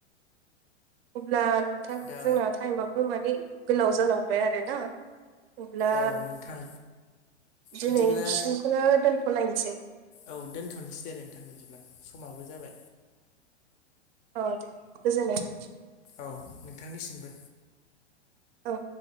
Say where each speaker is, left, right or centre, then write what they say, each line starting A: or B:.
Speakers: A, on the right; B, on the left.
A: अब्ला नोंथां
B: दा
A: जोंना टाइमाबबो माने गोलाव जालांबाय आरोना। अब्ला
B: औ नोंथां
A: दिनै
B: बिदिब्ला
A: बिसिनिखौनो दोनथ'लायनोसै।
B: औ दोनथ'नोसै दे नोंथां बिदिब्ला समाबो जाबाय।
A: औ दे गोजोननाय थाबाय।
B: औ नोंथांनिसिमबो।
A: औ